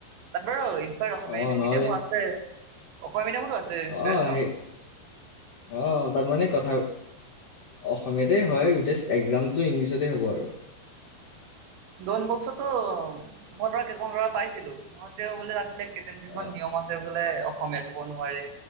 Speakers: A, on the right; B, on the left.
A: তাৰ বাৰু তাত অসমীয়া
B: অ নহ'লে
A: মিডিয়ামো আছে অসমীয়া মিডিয়ামটো আছে। ইনস্পায়াৰ্ড
B: আহ
A: ন
B: সেই- অঁ তাত মানে কথা অসমীয়াতেই হয় জাষ্ট একজামটো ইংলিছতেই হ'ব আৰু।
A: ডনবস্কতো মই ধৰা কিছুমান ল'ৰা পাইছিলো সিহঁতে বোলে তাতে বোলে কেইটামান কিছুমান
B: অ
A: নিয়ম আছে। তাতে বোলে অসমীয়া ক'ব নোৱাৰে